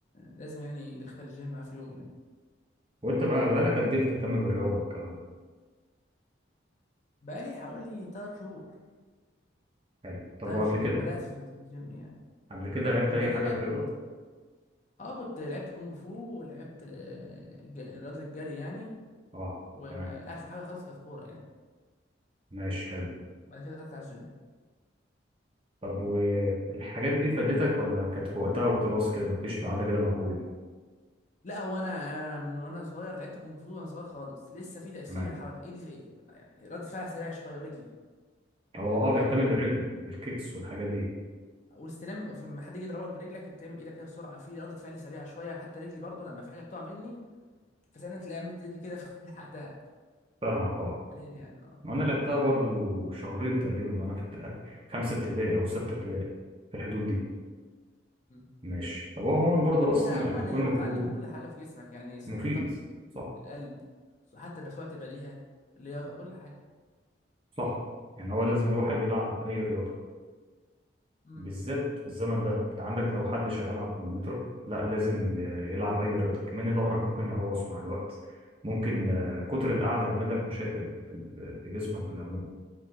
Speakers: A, on the left; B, on the right.
A: لازم يعني يدخل الجيم معاه في يومه يعني
B: وانت بقى بقالك قد ايه بتهتم بالرياضة والكلام ده؟
A: بقالي حوالي 3 شهور
B: حلو طب
A: 3
B: وقبل
A: شهور
B: كده
A: بدأت في الجيم يعني
B: قبل كده لعبت
A: قبل
B: أي
A: كده
B: حاجة في الرياضة؟
A: كنت اه كنت لعبت كونج فو ولعبت آه، ج- رياضة الجري يعني
B: اه
A: واخر
B: تمام
A: حاجة خالص كانت كورة يعني
B: ماشي حلو
A: بعد كده دخلت على الجيم
B: طب والحاجات دي فادتك ولا كانت في وقتها وخلاص كده مفيش بعد كده مفعول؟
A: لا هو انا انا من وانا صغير لعبت كونج فو وانا صغير خالص لسه في تأثير
B: تمام
A: الحركة ايدي يعني ردة فعل سريع شوية ورجلي
B: هو
A: يعني
B: اه بيهتم
A: بعمل
B: بالرجل بالكيكس والحاجات دي
A: واستلام في- لما حد يجي يضربك برجلك بتعمل بايدك كده بسرعه في ردة فعل سريعه شويه حتى رجلي برضو لما في حاجه بتقع مني فساعتها تلاقي عملت رجلي كده <laughs> فلحقتها
B: فاهمك اه
A: حاليا يعني اه
B: وانا لعبتها برضو شهرين تقريبا وانا في ابت- خمسه ابتدائي او سته ابتدائي في الحدود دي
A: م.
B: ماشي طب هو عموما برضو اصلا
A: هي عموما
B: الكونغ
A: هي بتعلي
B: فو
A: من كل حاجه في جسمك يعني صحتك
B: مفيد صح
A: القلب حتى بسرعه البديهه اللياقه كل حاجه
B: صح يعني هو لازم الواحد يلعب اي رياضه
A: امم
B: بالذات في الزمن ده انت عندك لو حد شغال على الكمبيوتر لا لازم يلعب اي رياضه كمان ظهرك ممكن يقوص مع الوقت ممكن آه، كتر القعده يعمل لك مشاكل في في جسمك بالعموم